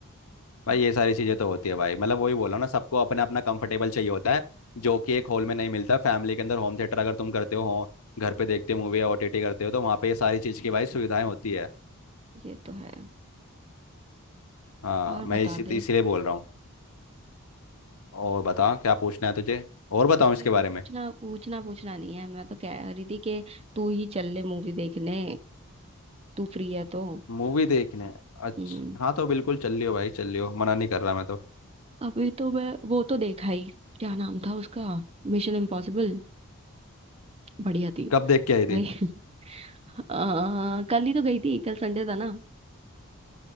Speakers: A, on the left (about 75°); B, on the right (about 25°).
A: भाई
B: हम्म,
A: ये सारी चीज़ें तो होती है भाई मतलब वही बोला ना सबको अपना अपना कंफर्टेबल चाहिए होता है जो कि एक हॉल में नहीं मिलता फैमिली के अंदर होम थिएटर अगर तुम करते हो हो- घर पे देखते हो मूवी या ओटीटी करते हो तो वहाँ पे ये सारी चीज़ की भाई सुविधाएं होती है
B: ये तो है
A: हाँ
B: और
A: मैं
B: बता
A: इसी
B: दे
A: इसीलिए बोल रहा हूँ और बता क्या पूछना है तुझे और बताऊँ
B: अरे
A: इसके बारे
B: पूछना
A: में
B: पूछना पूछना नहीं है मैं तो कह रही थी कि तू ही चल ले मूवी देखने तू फ्री है तो
A: मूवी देखने अच्छा
B: हम्म
A: हाँ तो बिल्कुल चल लियो भाई चल लियो मना नहीं कर रहा मैं तो
B: अभी तो मैं वो तो देखा ही क्या नाम था उसका मिशन इम्पॉसिबल बढ़िया थी
A: कब देख के आई थी
B: भाई <laughs> अ, कल ही तो गई थी कल संडे था ना